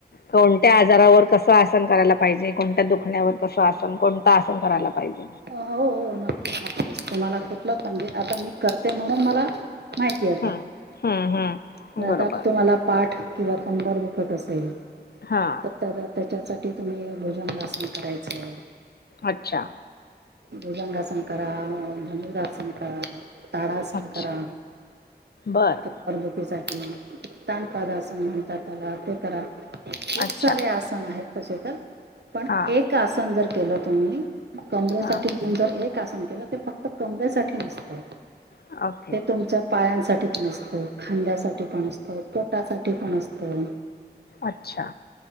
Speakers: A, on the left; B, on the right.
A: कोणत्या आजारावर कसं आसन करायला पाहिजे कोणत्या दुखण्यावर कसं आसन कोणतं आसन करायला पाहिजे.
B: हो हो नक्कीच नक्कीच तुम्हाला कुठलं पाणजे आता मी करते म्हणून मला माहिती आता
A: हं, हं, हं. बरोबर
B: आता तुम्हाला पाठ किंवा कंबर दुखत असेल
A: हां
B: त्याच्यासाठी तुम्ही भोजन वासन करायचंय
A: अच्छा
B: भुजंगासन करा. ताडासन
A: अच्छा
B: करा
A: बरं
B: कंबर दुखी साठी हम् ताणपाड असं म्हणतात चला ते करा खूप
A: अच्छा
B: सारे आसन आहेत असं का पण
A: हां
B: एक आसन जर केलं तुम्ही कमरासाठी
A: हां
B: म्हण जर एक आसन केलं ते फक्त कमरेसाठी नसतं
A: ओके.
B: ते तुमच्या पाया साठी पण असतो खांद्यासाठीठी पण असतो पोटासाठी के पण असतं
A: अच्छा